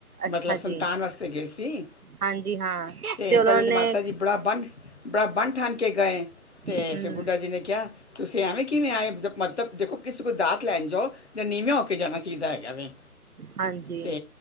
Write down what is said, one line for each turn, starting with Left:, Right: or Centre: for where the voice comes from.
Right: ਅੱਛਾ
Left: ਮਤਲਬ ਸੰਤਾਨ
Right: ਜੀ
Left: ਵਾਸਤੇ ਗਏ ਸੀ
Right: ਹਾਂਜੀ ਹਾਂ
Left: ਤੇ
Right: ਉਹਨਾਂ
Left: ਪੈਲੇ
Right: ਨੇ
Left: ਤੇ ਮਾਤਾ ਜੀ ਬੜਾ ਬੰਨ, ਬੜਾ ਬੰਨ ਠਨ ਕੇ ਗਏ ਤੇ,
Right: ਹਮ
Left: ਫੇਰ ਬੁੱਢਾ ਜੀ ਨੇ ਕਿਆ ਤੁਸੀ ਐਵੇਂ ਕਿਵੇਂ ਆਏ ਜਬ ਮਤਬ ਦੇਖੋ ਕਿਸੇ ਕੋਈ ਦਾਤ ਲੈਣ ਜਾਓ ਜੇ ਨੀਵੇਂ ਹੋ ਕੇ ਜਾਣਾ ਚਾਈਦਾ ਹੈਗਾ ਵੈ
Right: ਹਾਂਜੀ
Left: ਤੇ